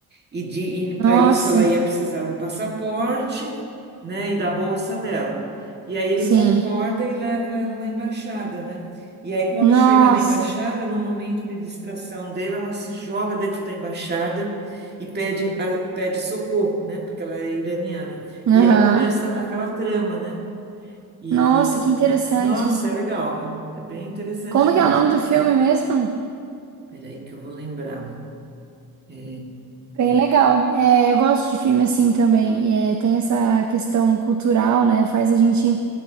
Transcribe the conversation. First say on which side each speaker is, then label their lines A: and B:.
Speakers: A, on the right; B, on the right.
A: E, de- e para
B: Nossa.
A: isso ela ia precisar do passaporte, né? E da bolsa dela. E aí ele
B: Sim.
A: concorda e leva ela na embaixada, né? E aí quando
B: Nossa.
A: chega na embaixada, no momento de distração dela, ela se joga dentro da embaixada e pede, a- pede socorro, né? Porque ela é iraniana.
B: aham.
A: E aí começa aquela trama, né? E,
B: Nossa, que interessante.
A: nossa, é legal, viu? é bem interessante
B: Como
A: mesmo.
B: que é o nome do filme mesmo?
A: Peraí que eu vou lembrar. É,
B: Bem legal. É, eu gosto de filme assim também. E, é, tem essa questão cultural, né? Faz a gente